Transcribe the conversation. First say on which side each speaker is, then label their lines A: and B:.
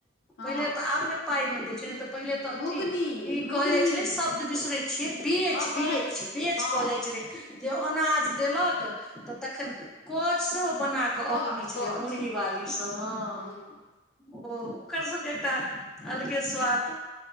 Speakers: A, on the left (about 65°); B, in the centre.
A: हँ
B: पहिले तऽ आब ने पाइमे देै छै नै तऽ पहिले
A: घुघनी
B: तऽ अथी ई
A: घुघनी
B: कहल जाइ छलै शब्द बिसरै छियै बेच
A: हँ कहै
B: बेच
A: छी
B: बेच
A: हँ
B: कहल जाइ छलै जे अनाज देलक तऽ तखन कोच सेहो बना कऽ ग
A: कछ
B: अनै छेलै
A: कछ
B: मुरही बाली सब हँ
A: हूँ
B: ओ ओकर सबके एकटा अलगे स्वाद